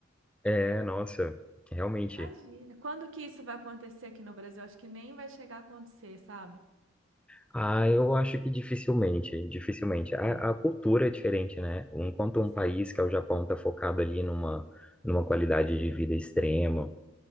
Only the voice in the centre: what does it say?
É, nossa, realmente.
Ah, eu acho que dificilmente, dificilmente. A,
a cultura é diferente, né? Enquanto um
país, que é o Japão, está focado ali numa, numa qualidade de vida extrema,